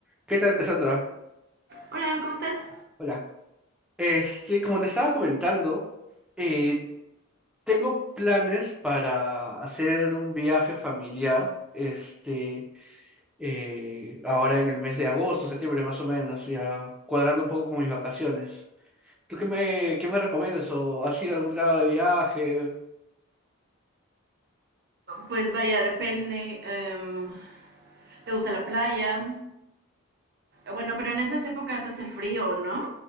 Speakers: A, in the centre; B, on the right.
A: ¿Qué tal, Cassandra?
B: Hola, ¿cómo estás?
A: Hola. Este, como te estaba comentando, eh, tengo planes para hacer un viaje familiar, este, eh, ahora en el mes de agosto, septiembre más o menos, ya cuadrando un poco con mis vacaciones. ¿Tú qué me, qué me recomiendas? ¿O has ido a algún lado de viaje?
B: Pues vaya, depende. em, ¿te gusta la playa? Bueno, pero en esas épocas hace frío, ¿no?